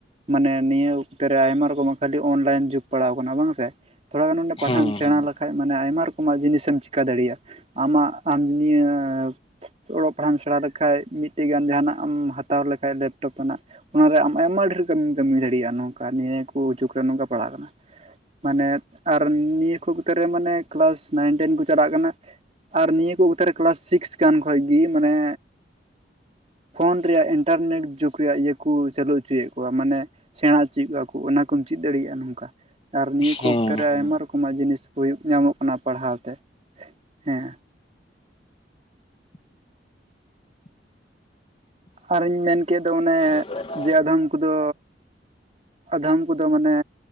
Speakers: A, on the right; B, on the left.
A: ᱢᱟᱱᱮ ᱱᱤᱭᱟᱹ ᱚᱠᱛᱮ ᱨᱮ ᱟᱭᱢᱟ ᱨᱚᱠᱚᱢᱟᱜ ᱠᱷᱟᱹᱞᱤ ᱚᱱᱞᱟᱭᱤᱱ ᱡᱩᱜᱽ ᱯᱟᱲᱟᱣ ᱟᱠᱟᱱᱟ ᱵᱟᱝᱥᱮ ᱛᱷᱚᱲᱟᱜᱟᱱ ᱯᱟᱲᱦᱟᱜ
B: ᱦᱮᱸ
A: ᱮᱢ ᱥᱮᱲᱟ
B: ᱦᱮᱸ
A: ᱞᱮᱠᱷᱟᱱ ᱠᱷᱟᱱ ᱢᱟᱱᱮ ᱟᱭᱢᱟ ᱨᱚᱠᱚᱢᱟᱜ ᱡᱤᱱᱤᱥ ᱮᱢ ᱪᱤᱠᱟ ᱫᱟᱲᱮᱭᱟᱜᱼᱟ ᱟᱢᱟᱜ ᱟᱢ ᱱᱤᱭᱟᱹ ᱚᱞᱚᱜ ᱯᱟᱲᱦᱟᱜ ᱮᱢ ᱥᱮᱬᱟ ᱞᱮᱠᱷᱟᱡ ᱢᱤᱫᱴᱮᱡ ᱜᱟᱱ ᱡᱟᱦᱟᱸᱱᱟᱜ ᱮᱢ ᱦᱟᱛᱟᱣ ᱞᱮᱠᱷᱟᱡ ᱞᱮᱯᱴᱚᱯ ᱛᱟᱱᱟᱜ ᱚᱱᱟᱨᱮᱢ ᱟᱭᱢᱟ ᱰᱷᱮᱨ ᱠᱟᱹᱢᱤᱢ ᱠᱟᱹᱢᱤ ᱫᱟᱲᱮᱭᱟᱜᱼᱟ ᱱᱚᱝᱠᱟ ᱱᱤᱭᱟᱹ ᱠᱚ ᱚᱡᱩᱜᱽ ᱨᱮ ᱱᱚᱝᱠᱟ ᱯᱟᱲᱦᱟᱜ ᱠᱟᱱᱟ ᱢᱟᱱᱮ ᱟᱨ ᱱᱤᱭᱟᱹ ᱠᱷᱚᱛ ᱨᱮ ᱢᱟᱱᱮ ᱠᱮᱞᱟᱥ ᱱᱟᱭᱤᱱ ᱴᱮᱱ ᱠᱚ ᱪᱟᱞᱟᱜ ᱠᱟᱱᱟ ᱟᱨ ᱱᱤᱭᱟᱹ ᱠᱚ ᱚᱠᱛᱟᱨᱮ ᱠᱮᱞᱟᱥ ᱥᱤᱠᱥ ᱠᱟᱱᱟ ᱠᱷᱚᱱ ᱜᱮ ᱢᱟᱱᱮ ᱯᱷᱳᱱ ᱨᱮᱭᱟᱜ ᱤᱱᱴᱟᱨᱱᱮᱴ ᱡᱩᱜᱽ ᱨᱮᱭᱟᱜ ᱤᱭᱟᱹᱠᱚ ᱪᱟᱹᱞᱩ ᱦᱚᱪᱚᱭᱮᱫ ᱥᱮᱲᱟ ᱦᱚᱪᱚᱭᱮᱫ ᱠᱚᱣᱟ ᱠᱚ ᱚᱱᱟ ᱠᱚᱢ ᱪᱮᱫ ᱫᱟᱲᱮᱭᱟᱜᱼᱟ ᱱᱚᱝᱠᱟ ᱟᱨ ᱱᱤᱭᱟᱹ ᱠᱚ
B: ᱦᱮᱸ
A: ᱚᱠᱛᱮ ᱨᱮ
B: ᱦᱮᱸ
A: ᱟᱭᱢᱟᱚᱢ ᱚᱱᱟ ᱡᱤᱱᱤᱥ ᱦᱩᱭᱩᱜ ᱧᱟᱢᱚᱜ ᱠᱟᱱᱟ ᱯᱟᱲᱦᱟᱣ ᱛᱮ ᱦᱮᱸ ᱟᱨᱤᱧ ᱢᱮᱱ ᱠᱮᱫ ᱫᱚ ᱚᱱᱮ
B: ᱦ <unintelligible>
A: ᱡᱮ ᱟᱫᱚᱢ ᱠᱚᱫᱚ ᱟᱫᱚᱢ ᱠᱚᱫᱚ ᱢᱟᱱᱮ